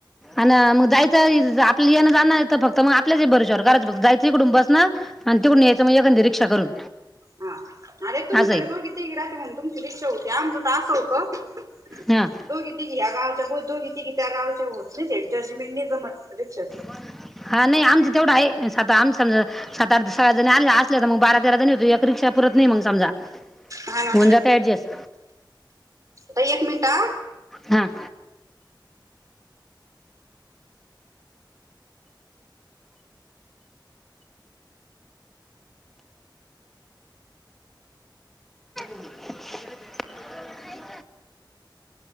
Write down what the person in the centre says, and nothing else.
अन् मग जायचं आपलं येनं जाणा येतो फक्त मग आपल्याच भरोशावर घरात फक्त जायचं इकडून बसन आणि तेिकडून यायचं मग एकांदी रिक्षा करून.
असंही
ह,
अ नाही आमचं तेवढं आहे. साता आम स सात आठ सगळ्या जणी आल्या असल्या तर मग बारा तेरा जणी होतो. एक रिक्षा पुरत नाही मग समजा.
होऊन जाते ऍडजस्ट.
हा, <unintelligible>